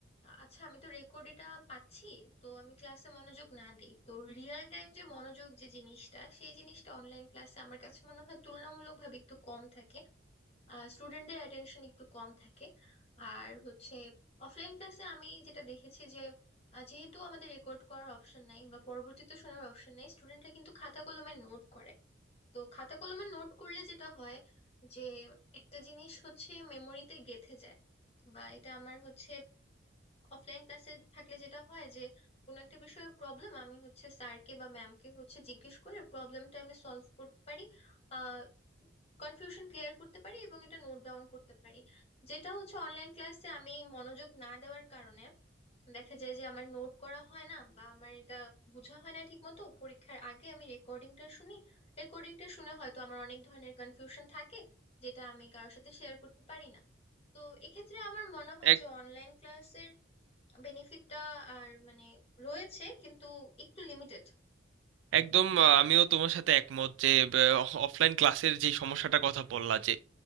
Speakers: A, on the left; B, on the right.
A: আচ্ছা আমি তো রেকর্ড এটা পাচ্ছি তো আমি ক্লাসে মনোযোগ না দিই তো রিয়েল টাইম যে মনোযোগ যে জিনিসটা সেই জিনিসটা অনলাইন ক্লাসে আমার কাছে মনে হয় তুলনামূলকভাবে একটু কম থাকে স্টুডেন্টদের অ্যাটেনশন একটু কম থাকে আর হচ্ছে অফলাইন ক্লাসে আমি যেটা দেখেছি যে আহ, যেহেতু আমাদের রেকর্ড করার অপশন নাই বা পরবর্তীতে শোনার অপশন নাই স্টুডেন্টরা কিন্তু খাতা কলমে নোট করে তো খাতা কলমে নোট করলে যেটা হয় যে একটা জিনিস হচ্ছে মেমোরিতে গেঁথে যায় বা এটা আমার হচ্ছে অফলাইন ক্লাসে থাকলে যেটা হয় যে কোনো একটা বিষয়ে প্রবলেম আমি হচ্ছে স্যারকে বা ম্যামকে হচ্ছে জিজ্ঞেস করে প্রবলেমটা আমি সলভ করতে পারি আহ কনফিউশন ক্লিয়ার করতে পারি এবং এটা নোট ডাউন করতে পারি যেটা হচ্ছে অনলাইন ক্লাসে আমি মনোযোগ না দেওয়ার কারণে দেখা যায় যে আমার নোট করা হয় না বা আমার এটা বোঝা হয় না ঠিক মতো পরীক্ষার আগে আমি রেকর্ডিংটা শুনি রেকর্ডিংটা শুনে হয়তো আমার অনেক ধরনের কনফিউশন থাকে যেটা আমি কারোর সাথে শেয়ার করতে পারি না তো এক্ষেত্রে আমার মনে হয়
B: এক-
A: যে অনলাইন ক্লাসের বেনিফিটটা আর মানে রয়েছে কিন্তু একটু লিমিটেড
B: একদম আহ, আমিও তোমার সাথে একমত যে অফলাইন ক্লাসের যে সমস্যাটা কথা বললা যে